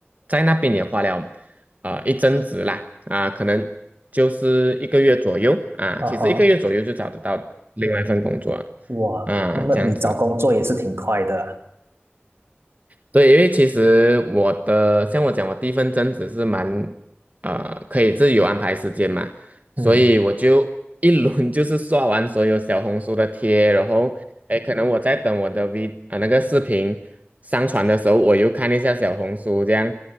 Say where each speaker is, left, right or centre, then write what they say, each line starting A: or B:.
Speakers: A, on the right (about 40°); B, on the right (about 70°).
A: 在那边也花了啊一阵子啦，啊、可能就是一个月左右啊，
B: 啊哈，
A: 其实一个月左右就找得到另外一份工作了啊，
B: 哇，那么你找工作也是挺快的啊
A: 这样子。对，因为其实我的，像我讲，我第一份正职是蛮，呃，可以自由安排时间嘛，
B: 嗯，
A: 所以我就一轮 <laughs> 就是刷完所有小红书的贴，然后，哎，可能我在等我的 V 啊、那个视频上传的时候，我又看一下小红书这样，